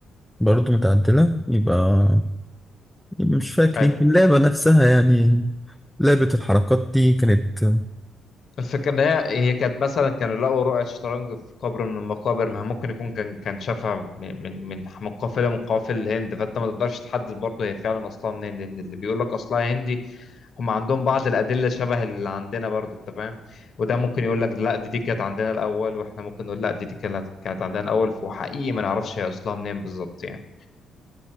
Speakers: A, in the centre; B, on the left.
A: برضو متعدلة يبقى يبقى مش فاكر
B: أيوة.
A: يمكن اللعبة نفسها يعني لعبة الحركات دي كانت
B: الفكرة إن هي هي كانت مثلا كانوا لقوا رقعة شطرنج في قبر من المقابر ما ممكن يكون كان كان شافها من من من من قافلة من قوافل الهند فأنت ما تقدرش تحدد برضه هي فعلا أصلها منين لأن اللي بيقول لك أصلها هندي هم عندهم بعض الأدلة شبه اللي عندنا برضه أنت فاهم وده ممكن يقول لك لا دي دي كانت عندنا الأول وإحنا ممكن نقول لا دي دي كانت كانت عندنا الأول وحقيقي ما نعرفش هي أصلها منين بالظبط يعني